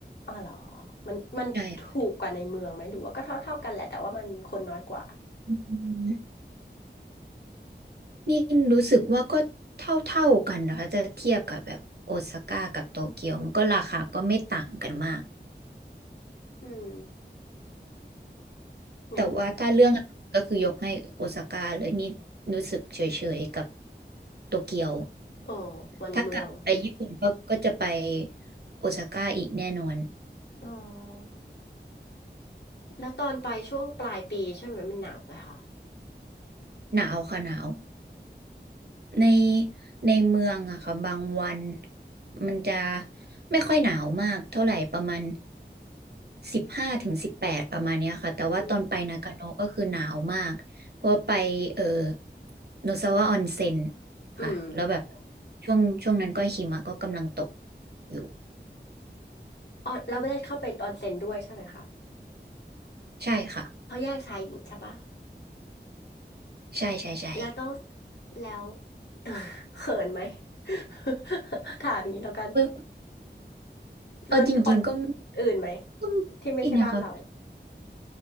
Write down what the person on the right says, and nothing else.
ใช่อืมนี่รู้สึกว่าก็เท่าๆกันนะคะจะเทียบกับแบบโอซาก้ากับโตเกียวมันก็ราคาก็ไม่ต่างกันมาก
แต่ว่าถ้าเรื่องอาหารก็คือยกให้โอซาก้าเลยนี่รู้สึกเฉยๆกับ
โตเกียว
ถ้ากลับไปญี่ปุ่นก็ก็จะไปโอซาก้าอีกแน่นอน
หนาวค่ะหนาว ในในเมืองอะค่ะบางวันมันจะไม่ค่อยหนาวมากเท่าไหร่ประมาณสิบห้าถึงสิบแปดประมาณเนี้ยค่ะแต่ว่าตอนไปนากาโนะก็คือหนาวมากเพราะว่าไปเออ
โนซาวะออนเซ็น
ค่ะแล้วแบบช่วงช่วงนั้นก็หิมะก็กำลังตกอยู่
ใช่ค่ะ
ใช่ใช่ใช่
เออ
เอาจริงๆก็
ก็
ไม่นะคะ